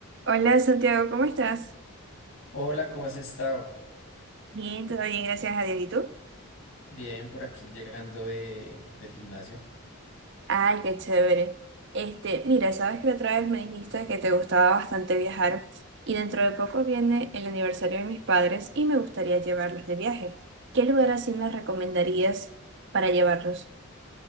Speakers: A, on the right; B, on the left.
A: Hola Santiago, ¿cómo estás?
B: Hola, ¿cómo has estado?
A: Bien, todo bien, gracias a Dios. ¿Y tú?
B: Bien, por aquí llegando de, del gimnasio.
A: Ay, qué chévere. Este, mira, sabes que la otra vez me dijiste que te gustaba bastante viajar y dentro de poco viene el aniversario de mis padres y me gustaría llevarlos de viaje. ¿Qué lugar así me recomendarías para llevarlos?